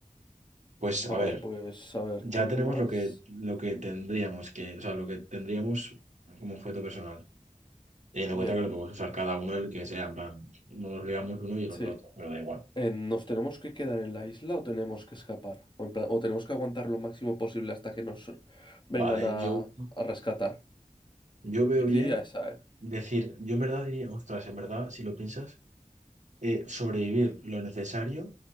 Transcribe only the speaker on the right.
Pues
a ver,
ya
tenemos lo que, lo que tendríamos que, o sea, lo que tendríamos como objeto personal. Teniendo
en cuenta que lo podemos usar cada uno el que sea, en plan, no nos ligamos uno y el
otro otro, pero da igual.
Vale,
yo,
yo veo
bien
decir, yo en verdad diría, ostras, en verdad, si lo piensas, eh, sobrevivir lo necesario